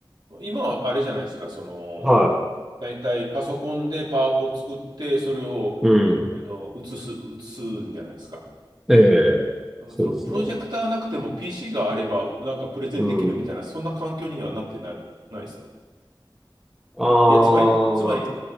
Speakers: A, on the right (about 65°); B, in the centre.
A: 今はあれじゃないですか、その、
B: は
A: 大体パソコンでパワポ作って、それを、
B: い、うん、
A: あの、映す、映すんじゃないですか。
B: ええ、
A: なんかそのプロジェクターなくても
B: そうですね。
A: PC があればなんかプレゼンできるみたいな、
B: うん、
A: そんな環境にはなってない、ないですか
B: ああ、
A: いや、つまり、つまり、